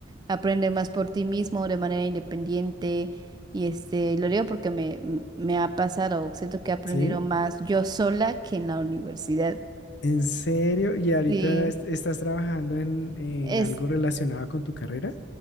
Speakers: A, on the right; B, on the left.
A: aprende más por ti mismo de manera independiente. Y este, lo digo porque me, m- me ha pasado, siento que he aprendido
B: ¿sí?
A: más yo sola que en la universidad.
B: ¿En serio? ¿Y ahorita
A: Sí.
B: est- estás trabajando en, en
A: Es,
B: algo relacionado con tu carrera?